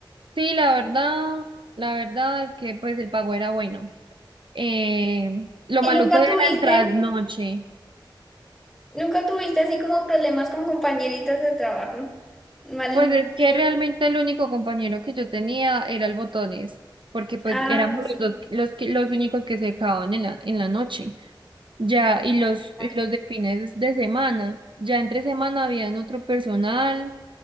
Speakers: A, on the right; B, in the centre.
A: sí, la verdad, la verdad es que pues el pago era bueno. Eh, lo
B: ¿Y
A: maluco
B: nunca
A: era
B: tuviste,
A: el trasnoche.
B: nunca tuviste así como problemas con compañeritas de trabajo? Malentendido.
A: Pues es que realmente el único compañero que yo tenía era el Botones, porque pues
B: Ah,
A: éramos
B: sí,
A: los dos, los, que- los únicos que se acababan en la, en la noche. Ya, y
B: no,
A: los,
B: claro.
A: y los de fines de semana, ya entre semana habían otro personal